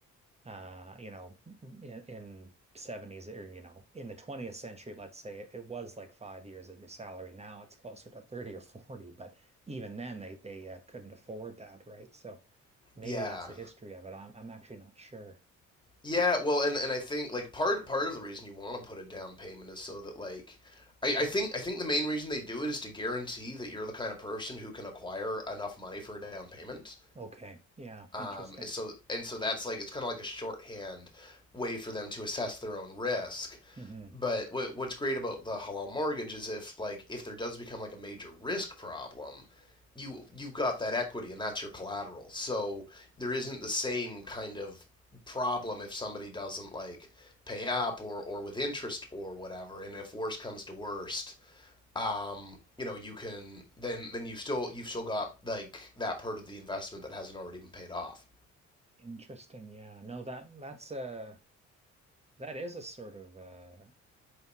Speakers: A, on the right; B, on the left.
A: uh, you know, in, in 70s or, you know, in the 20th century, let's say it, it was like five years of your salary. Now it's closer to 30 or 40, but even then they they uh, couldn't afford that, right? So maybe
B: Yeah.
A: that's the history of it. I'm I'm actually not sure.
B: Yeah, well and and I think like part part of the reason you want to put a down payment is so that like I, I think I think the main reason they do it is to guarantee that you're the kind of person who can acquire enough money for a down payment.
A: Okay. Yeah.
B: Um,
A: Interesting.
B: and so and so that's like it's kind of like a shorthand way for them to assess their own risk.
A: hmm
B: But what what's great about the halal mortgage is if like if there does become like a major risk problem, you you've got that equity and that's your collateral. So there isn't the same kind of problem if somebody doesn't like pay up or or with interest or whatever and if worst comes to worst um you know you can then then you've still you've still got like that part of the investment that hasn't already been paid off
A: Interesting. Yeah. No, that that's a that is a sort of uh